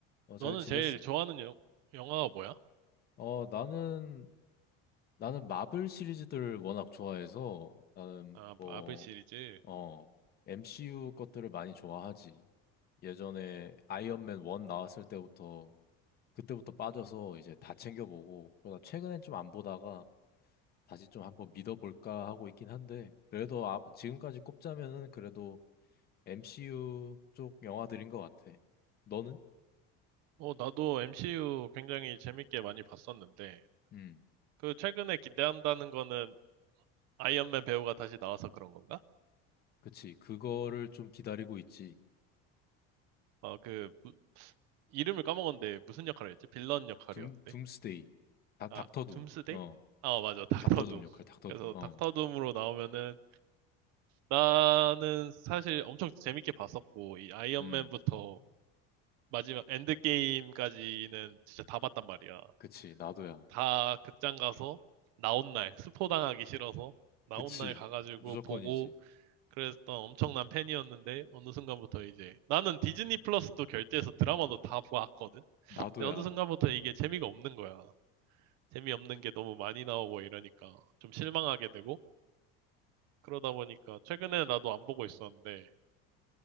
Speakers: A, on the left (about 30°); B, on the right (about 60°).
A: 어, 잘
B: 너는
A: 지냈어?
B: 제일 좋아하는 여- 영화가 뭐야?
A: 어, 나는, 나는 마블 시리즈들을 워낙 좋아해서 나는
B: 아,
A: 뭐,
B: 마블 시리즈.
A: 어, MCU 것들을 많이 좋아하지. 예전에 아이언맨 1 나왔을 때부터, 그때부터 빠져서 이제 다 챙겨보고, 그러다 최근엔 좀 안 보다가 다시 좀 한번 믿어볼까 하고 있긴 한데, 그래도 아, 지금까지 꼽자면은 그래도 MCU 쪽 영화들인 것 같아. 너는?
B: 어, 나도 MCU 굉장히 재밌게 많이 봤었는데,
A: 음,
B: 그 최근에 기대한다는 거는 아이언맨 배우가 다시 나와서 그런 건가?
A: 그치. 그거를 좀 기다리고 있지.
B: 어, 그, 무- 이름을 까먹었는데 무슨 역할을 했지? 빌런 역할이었는데?
A: 둠, 둠스데이. 다, 닥터
B: 아,
A: 둠.
B: 둠스데이?
A: 어.
B: 아, 맞아. <laughs>
A: 닥터
B: 닥터 둠.
A: 둠 역할, 닥터
B: 그래서
A: 둠. 어.
B: 닥터 둠으로 나오면은 나는 사실 엄청 재밌게 봤었고, 이 아이언맨부터
A: 음.
B: 마지막 엔드게임까지는 진짜 다 봤단 말이야.
A: 그치, 나도야.
B: 다 극장 가서 나온 날, 스포당하기 싫어서 나온
A: 그치.
B: 날 가가지고
A: 무조건이지.
B: 보고 그랬던 엄청난 팬이었는데 어느 순간부터 이제 나는 디즈니 플러스도 결제해서 드라마도 다 보았거든. 근데
A: 나도야.
B: 어느 순간부터 이게 재미가 없는 거야. 재미없는 게 너무 많이 나오고 이러니까 좀 실망하게 되고 그러다 보니까 최근에 나도 안 보고 있었는데